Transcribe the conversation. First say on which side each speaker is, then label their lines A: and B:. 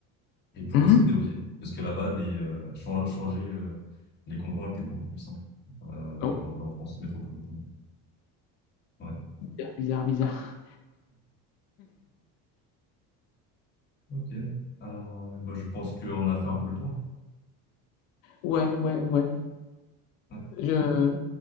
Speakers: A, on the left; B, on the left.
A: Et pour
B: Mhm.
A: eux, c'était OK. Parce que là-bas, les, euh, chan- changer euh, les contenants était beaucoup plus simple euh,
B: Oh,
A: qu'en qu'en France métropolitaine. Ouais.
B: bizarre, bizarre, bizarre.
A: Ok. Euh, bah, je pense qu'on a fait un peu le tour.
B: Ouais, ouais, ouais.
A: Ouais,
B: Je-